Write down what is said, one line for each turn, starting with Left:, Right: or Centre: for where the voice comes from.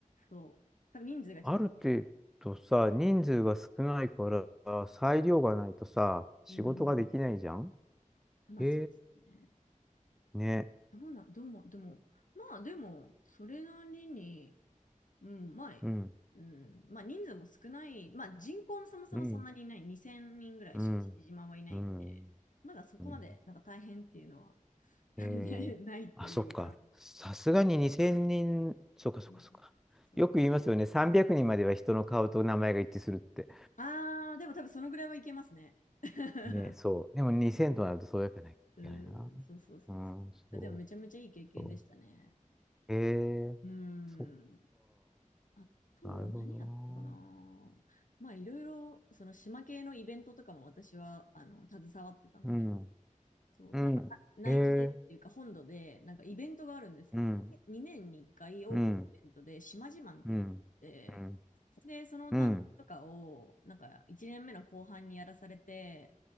Left: そう。多分人数がちょっと足りなかった。
Centre: ある程度さ、人数が少ないから裁量がないとさ、仕事ができないじゃん
Left: うん。まあそうですね。
Centre: へえ。ね。
Left: どうな、どうも、でも、まあでも、それなりに、うん、まあ、
Centre: うん。
Left: うん、まあ人数も少ない、まあ人口もそもそもそんなにいない、
Centre: うん。
Left: 2000人ぐらいしか父島はいないんで、
Centre: うん。うん。
Left: まだそこまでなんか大変っていうのは
Centre: うん
Left: <laughs>
Centre: えー、
Left: ないというか、
Centre: あ、そっか。さすがに2000人、そっかそっかそっか。
Left: うん、そう。
Centre: よく言いますよね。300人までは人の顔と名前が一致するって。
Left: ああ、でも多分そのぐらいはいけますね。<laughs>
Centre: ね、そう。でも2000となるとそうやかないといけないな。
Left: うー、そうそうそうそう。
Centre: うん、
Left: あ、
Centre: そう、
Left: でもめちゃめちゃいい経験でしたね。
Centre: そう。えー、
Left: うー
Centre: そっ
Left: ん。あとは何やったかな。
Centre: か。なるほどな。
Left: まあいろいろ、その島系のイベントとかも私は、あの、携わってたので、
Centre: うん、
Left: そう、
Centre: うん、
Left: なんかな内地でっていうか本土で、
Centre: えー、
Left: なんかイベントがあるんですよ。
Centre: うん、
Left: で、2年に1回大きなイベントで、
Centre: うん、
Left: 島自慢っていうのがあって、
Centre: うん、うん、
Left: で、その担当とかを、
Centre: うん、
Left: なんか1年目の後半にやらされて、